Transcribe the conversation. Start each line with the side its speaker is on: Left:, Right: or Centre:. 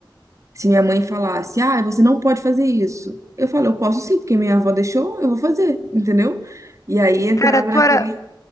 Right: se minha mãe falasse, ah, você não pode fazer isso, eu falo, eu posso sim, porque minha avó deixou, eu vou fazer, entendeu? E aí entrava
Left: Cara, tu
Right: naquele
Left: era.